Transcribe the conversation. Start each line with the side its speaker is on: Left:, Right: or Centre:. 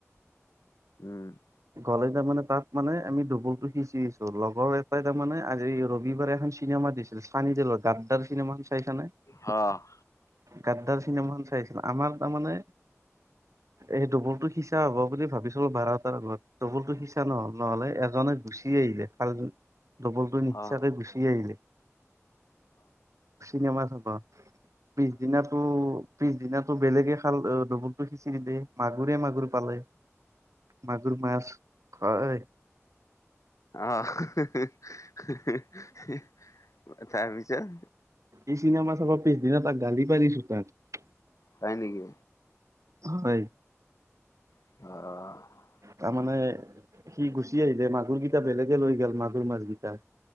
Left: উম
Right: গ'লে তাৰ মানে তাত মানে আমি ডবলতটো সিঁচিছো। ত লগৰ এটা তাৰমানে আজি ৰবিবাৰে এখন চিনেমা দিছিল চানিডলৰ গাদ্দাৰ, চিনেমা এখন চাইছানে।
Left: অ
Right: গাদ্দাৰ, চিনেমাখন চাই আছিল আমাৰ তাৰমানে। এই দুমৰটো সিচা হব বুলি ভাবিছিলো বাৰটাৰ আগত। ডবলতটো, সিচা নহ'ল নহলে এজনে গুচি আহিলে খাল জন। ডবলটো নিসিচাকে
Left: অ'
Right: গুচি আহিলে। চিনেমা চাব পিছদিনা টো পিছদিনাটো বেলেগে খাল আ ডবুলটো সিঁচি দিলে মাগুৰে মাগুৰ পালে। মাগুৰ মাছ খোৱা ঐ।
Left: আহ, হুহুহু হুহুহ হিহ। উ তাৰ পিছত।
Right: ই চিনেমা চাব পিছদিনা তাক গালি পাৰিছোঁ তাক।
Left: তাই নেকি?
Right: হয়।
Left: অহ।
Right: তাৰমানে সি গুচি আহিলে, মাগুৰগিটা বেলেগে লৈ গল মাগুৰ মাছগিটা।